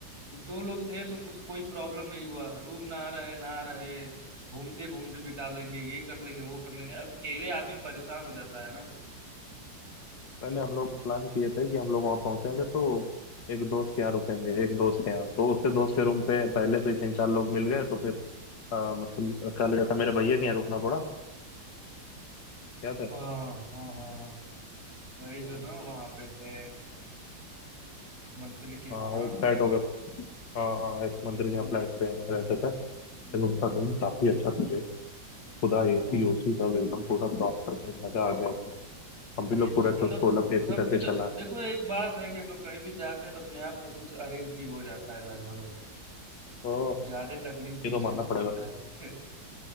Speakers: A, on the right (about 50°); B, on the left (about 70°).
A: दो लोग थे तो कुछ कोई प्रॉब्लम नहीं हुआ रूम ना रहे ना रहे घूमते घूमते बिता देंगे ये कर लेंगे वो कर लेंगे अब अकेले आदमी परेशान हो जाता है ना
B: पहले हम लोग प्लान किए थे कि हम लोग वहाँ पहुंचेंगे तो एक दोस्त के यहाँ रुकेंगे एक दोस्त के यहाँ तो उसके दोस्त
A: हम्म।
B: के रूम पे पहले से ही तीन चार लोग मिल गए तो फिर हाँ मतलब कल था मेरे भैया के यहाँ रुकना पड़ा याद है
A: हाँ हाँ हाँ वही
B: हम्म।
A: जो ना वहाँ पे थे मंत्री के
B: हाँ
A: वहाँ
B: वो फ्लैट होगा हाँ हाँ एक मंदिर के यहाँ
A: हम्म,
B: फ्लैट पे रहते थे लेकिन
A: हम्म,
B: उनका रूम काफी अच्छा था जी खुदा एसी
A: हाँ
B: ओसी सब एकदम पूरा प्रॉपर थे मजा आ गया एकदम हम भी लोग
A: वही
B: पूरा
A: तो मतलब
B: सोलह पे एसी
A: सब
B: करके
A: कुछ
B: चला है।
A: देखो एक बात है कि हम लोग कहीं भी जाते हैं तो अपने आप सब कुछ अरेंज भी हो जाता है लगभग लगभग।
B: ओ
A: ज्यादा तकलीफ नहीं
B: ये तो
A: झेलना
B: मानना पड़ेगा
A: पड़ता है <laughs>